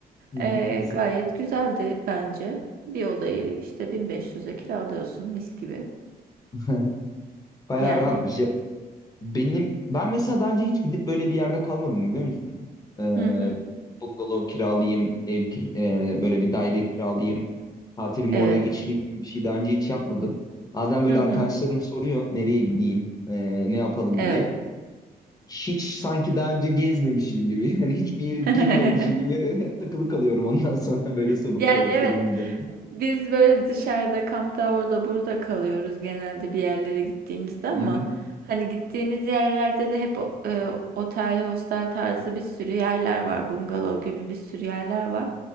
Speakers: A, on the left; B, on the right.
A: Hı
B: Ee,
A: hı. Aslında.
B: gayet güzeldi bence. Bir odayı işte 1500'e kiralıyorsun mis gibi.
A: <laughs> Bayağı
B: Yani.
A: rahatmış. Benim ben mesela daha önce hiç gidip böyle bir yerde kalmadım biliyor musun? Ee,
B: Hı hı.
A: bungalov kiralayayım, ev kir- e, böyle bir daire kiralayayım, tatilimi
B: Evet.
A: orada geçireyim diye bir şey daha önce hiç yapmadım. Bazen böyle
B: Hı hı.
A: arkadaşlarım soruyor nereye gideyim, e, ne yapalım
B: Evet.
A: diye. Hiç sanki daha önce gezmemişim gibi <laughs> yani hiçbir yeri
B: <laughs>
A: bilmiyormuşum gibi <laughs> takılı kalıyorum ondan <laughs> sonra böyle soru
B: Yani
A: sor,
B: evet
A: sorulunca.
B: biz böyle dışarıda kampta orada burada kalıyoruz genelde bir yerlere gittiğimizde ama
A: Hı hı,
B: hani gittiğimiz yerlerde de hep o- e, otel, hostel tarzı bir sürü yerler var. Bungalov gibi bir sürü yerler var.